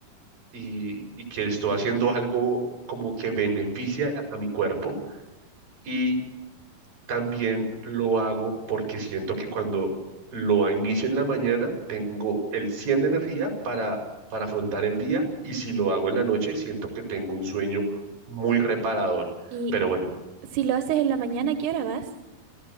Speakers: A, on the right; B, on the right.
A: y, y que estoy haciendo algo como que beneficia a mi cuerpo. Y también lo hago porque siento que cuando lo inicio en la mañana, tengo el 100 de energía para, para afrontar el día y si lo hago en la noche, siento que tengo un sueño muy reparador.
B: Y
A: Pero bueno,
B: si lo haces en la mañana, ¿a ¿qué hora vas?